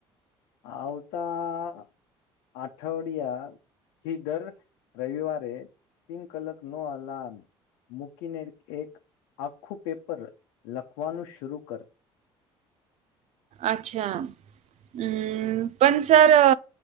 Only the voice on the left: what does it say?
આવતા આઠવડિયા થી દર રવિવારે તીન કલાક નો અલાર્મ મૂકીને એક આખું પેપર લખવાનું શુરુ કર